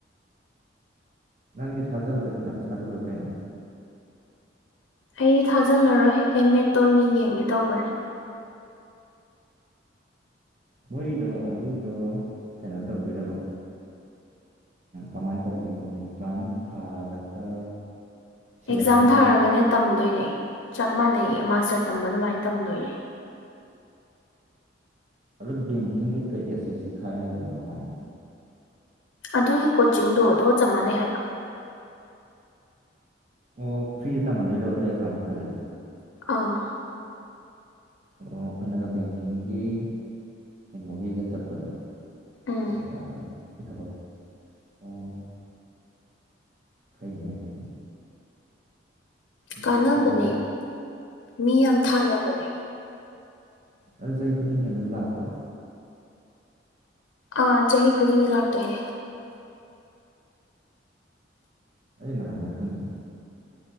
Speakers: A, on the right; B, on the left.
A: ꯅꯪꯗꯤ ꯊꯥꯖꯤꯜꯂꯣꯏꯗ꯭ꯔꯣ ꯅꯪꯖꯨ ꯊꯥꯖꯤꯜꯂꯣ ꯀꯩꯅꯣ
B: ꯑꯩꯗꯤ ꯊꯥꯖꯤꯜꯂꯔꯣꯏ ꯑꯦꯝ ꯑꯦꯠꯇ ꯑꯣꯏꯅ ꯌꯦꯡꯒꯦ ꯇꯧꯕꯅꯦ
A: ꯃꯣꯏꯒꯤꯗꯣ ꯑꯗꯨꯗꯣ ꯀꯩꯅꯣ ꯇꯧꯗꯣꯢꯔꯕ ꯀꯃꯥꯏ ꯇꯧꯗꯣꯏꯅꯣꯕ ꯑꯦꯟꯇ꯭ꯔꯥꯟꯁ ꯊꯥꯔꯒ ꯁꯦꯂꯦꯛꯁꯟ
B: ꯑꯦꯛꯖꯥꯝ ꯊꯥꯔꯒꯅꯦ ꯇꯝꯗꯣꯏꯅꯦ ꯆꯞ ꯃꯥꯟꯅꯩꯌꯦ ꯃꯥꯁꯇꯔ ꯇꯝꯕ ꯑꯗꯨꯃꯥꯏꯅ ꯇꯝꯗꯣꯏꯅꯦ
A: ꯑꯗꯨꯗ ꯕꯦꯡꯀꯤꯡꯒꯤ ꯀꯩ ꯑꯦꯁꯦꯁ ꯁꯤ ꯊꯥꯏ ꯍꯥꯏꯗꯗꯨꯅ ꯀꯃꯥꯏꯅ
B: ꯑꯗꯨꯒꯤ ꯀꯣꯆꯤꯡꯗꯣ ꯑꯗꯨꯒ ꯆꯞ ꯃꯥꯟꯅꯩ ꯍꯥꯏꯕ
A: ꯑꯣ ꯐ꯭ꯔꯤꯗ ꯇꯝꯍꯟꯗꯣꯏꯔꯣ ꯑꯗꯨꯢ ꯑꯦꯛꯖꯥꯝꯗꯣ ꯈꯜꯂꯗꯤ
B: ꯑꯥ
A: ꯑꯣ ꯑꯩꯈꯣꯏꯅꯒ ꯕꯦꯡꯀꯤꯡꯒꯤ ꯀꯩꯅꯣꯒꯤꯒ ꯆꯠꯄꯗꯣ
B: ꯎꯝ
A: <unintelligible> ꯊꯕꯛ ꯑꯣ ꯐꯩꯅꯦ ꯑꯗꯨꯗꯤ ꯑꯗꯨꯗꯤ
B: ꯀꯥꯟꯅꯕꯅꯦ ꯃꯤ ꯌꯥꯝ ꯊꯥꯅꯕꯅꯦ
A: ꯑꯗꯨ ꯆꯍꯤ ꯈꯨꯗꯤꯡꯒꯤ ꯑꯗꯨꯝ ꯂꯥꯛꯄ꯭ꯔꯣ
B: ꯑꯥ ꯆꯍꯤ ꯈꯨꯗꯤꯡꯒꯤ ꯂꯥꯛꯇꯣꯏꯅꯦ
A: ꯑꯩ ꯅꯍꯟꯒꯩ ꯈꯪꯗꯦꯅꯦ